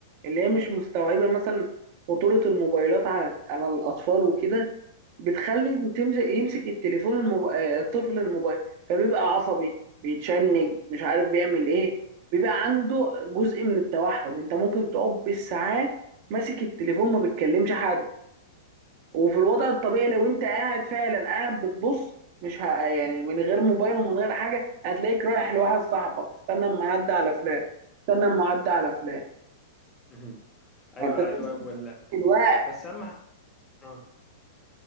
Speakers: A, on the right (about 50°); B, on the left (about 20°).
A: اللي هي مش مستوعبة مثلا خطورة الموبايلات على على الأطفال وكده بتخلي تمسك يمسك التليفون الموب... آه، الطفل الموبايل فبيبقى عصبي بيتشنج مش عارف بيعمل إيه بيبقى عنده جزء من التوحد أنت ممكن تقعد بالساعات ماسك التليفون ما بتكلمش حد وفي الوضع الطبيعي لو انت قاعد فعلا قاعد بتبص مش ه... يعني من غير موبايل ومن غير حاجه هتلاقيك رايح لواحد صاحبك استنى اما اعدي على فلان استنى اما اعدي على فلان
B: مهم. أيوه
A: يعني انت تحس
B: أيوه ولا
A: الوقت
B: بس أهم ح- آه.